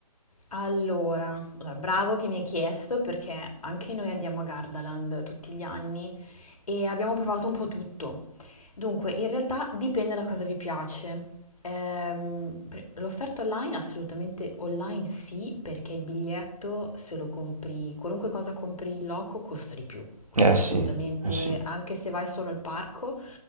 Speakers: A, on the left; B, on the right.
A: Allora, allora, bravo che mi hai chiesto perché anche noi andiamo a Gardaland tutti gli anni e abbiamo provato un po' tutto. Dunque, in realtà dipende da cosa vi piace. Ehm, pre- l'offerta online, assolutamente online sì, perché il biglietto se lo compri, qualunque cosa compri in loco costa di più. Quindi
B: Eh
A: assolutamente,
B: sì, eh sì.
A: anche se vai solo al parco,